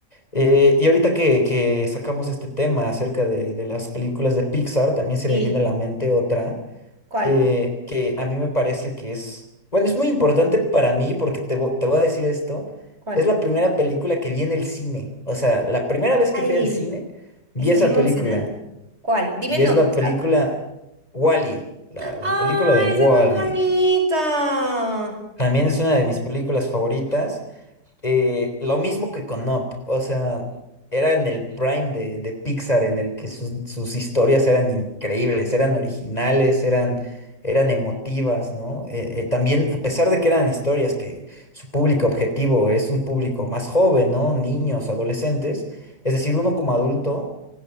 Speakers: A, on the left (about 20°); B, on the right (about 40°).
A: Eh, y ahorita que, que sacamos este tema acerca de, de las películas de Pixar, también se
B: Sí,
A: me viene a la mente otra
B: ¿cuál?
A: eh, que a mí me parece que es, bueno, es muy importante para mí porque te, vo- te voy a decir esto,
B: ¿Cuál?
A: es la primera película que vi en el cine, o sea, la primera vez
B: Ay,
A: que fui al cine vi
B: eso
A: esa
B: es emocionante.
A: película
B: ¿Cuál? Dime
A: y
B: el
A: es
B: nombre,
A: la
B: claro.
A: película Wall-E, la, la
B: Ay,
A: película de
B: esa
A: Wall-E.
B: es más bonita.
A: También es una de mis películas favoritas eh, lo mismo que con Up, o sea, era en el prime de, de Pixar en el que sus, sus historias eran increíbles, eran originales, eran, eran emotivas, ¿no? Eh, eh, también, a pesar de que eran historias que su público objetivo es un público más joven, ¿no? Niños, adolescentes, es decir, uno como adulto,